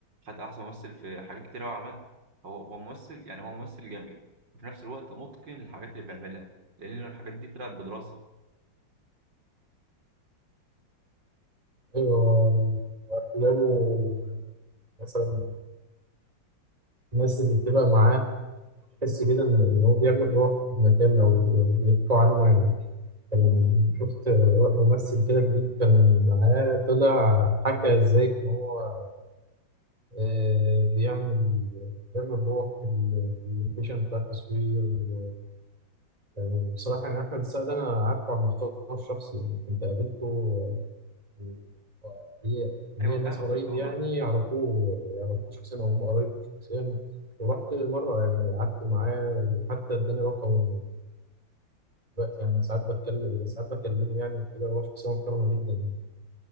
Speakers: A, on the right; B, on the right.
A: خد أحسن ممثل في حاجات كتير أوي عملها هو هو ممثل يعني هو ممثل جامد وفي نفس الوقت متقن للحاجات اللي بيعملها لأن الحاجات دي طلعت بدراسة
B: أيوه وأفلامه مثلا الناس اللي بتبقى معاه تحس كده إن إن هو بيعمل روح في المكان أو بيحكوا عنه يعني كان شفت ممثل كده جديد كان معاه طلع حكى إزاي إن هو آه، بيعمل بيعمل روح في ال- في اللوكيشن بتاع التصوير و- يعني بصراحة يعني أحمد السقا أنا عارفه على المستوى الشخصي يعني كنت قابلته آه، و- ليا ليا
A: أيوة فاهمك
B: ناس قريب
A: يا اسطى والله
B: يعني يعرفوه يعرفوه شخصيا أو هم قرايبه شخصيا ورحت مرة يعني قعدت معاه وحتى اداني رقمه دلوقتي يعني ساعات بتكلم ساعات بكلمه يعني وكده هو شخصية محترمة جدا يعني